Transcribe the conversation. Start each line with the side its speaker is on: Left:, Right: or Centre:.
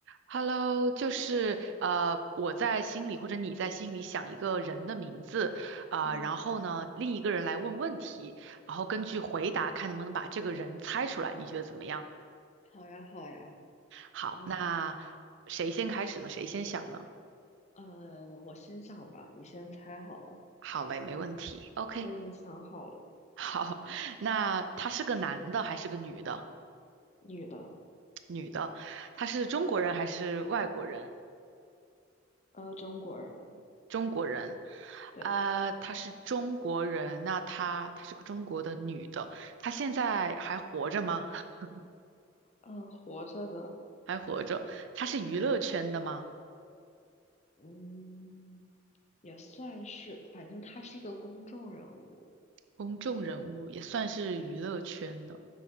Right: Hello，就是呃，我在心里或者你在心里想一个人的名字啊、
Left: 嗯，
Right: 然后呢，另一个人来问问题，然后根据回答看能不能把这个人猜出来，你觉得怎么样？
Left: 好呀，好呀。
Right: 好，
Left: 那
Right: 那谁先开始呢？谁先想呢？
Left: 呃，我先想吧，你先猜好了。
Right: 好嘞，没问题。OK，
Left: 我已经想好了，
Right: 好，<laughs> 那他是个男的还是个女的？
Left: 女的，
Right: 女的，他是中国人还是外国人？
Left: 呃，中国人，
Right: 中国人，
Left: 对，
Right: 啊、她是中国人，那她她是个中国的女的，她现在还活着吗？<laughs>
Left: 呃，活着的，
Right: 还活着，她是娱乐圈的吗？
Left: 嗯，也算是，反正她是一个公众人物。
Right: 公众人物也算是娱乐圈的，
Left: 对，